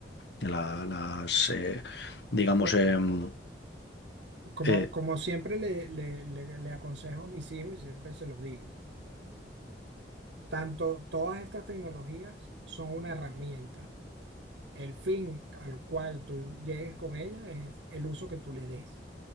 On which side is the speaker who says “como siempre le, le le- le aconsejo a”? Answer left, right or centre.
Right